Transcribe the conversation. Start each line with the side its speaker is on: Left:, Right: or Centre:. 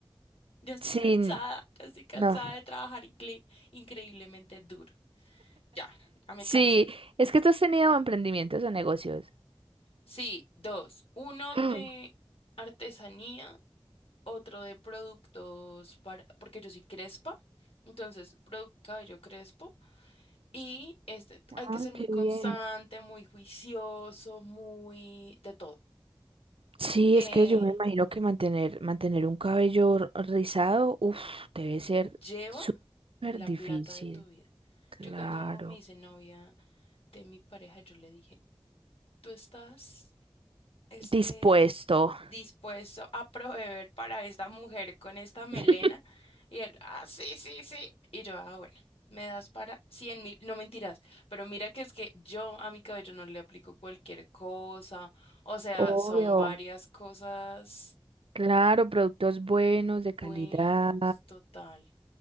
Left: Ya estoy
Right: sin,
Left: cansada, ya estoy cansada
Right: no.
Left: de trabajar incre- increíblemente duro. Ya, ya me
Right: Sí,
Left: cansé.
Right: es que tú has tenido emprendimientos o negocios.
Left: Sí, dos. Uno
Right: <gasps>
Left: de artesanía, otro de productos para, porque yo soy crespa, entonces producto cabello crespo. Y este,
Right: Ah,
Left: hay que ser muy
Right: qué
Left: constante,
Right: bien.
Left: muy juicioso, muy de todo.
Right: Sí,
Left: Eh,
Right: es que yo me imagino que mantener, mantener un cabello r- rizado, uff, debe ser
Left: lleva
Right: súper
Left: la
Right: difícil.
Left: plata de tu vida.
Right: Claro.
Left: Yo cuando me hice novia de mi pareja, yo le dije, tú estás este,
Right: Dispuesto.
Left: dispuesto a proveer para esta mujer con esta melena.
Right: <laughs>
Left: Y él, ah, sí, sí, sí. Y yo, ah, bueno, me das para cien mil, no mentiras, pero mira que es que yo a mi cabello no le aplico cualquier cosa, o sea,
Right: Obvio.
Left: son varias cosas
Right: Claro, productos buenos, de
Left: buenos,
Right: calidad.
Left: total.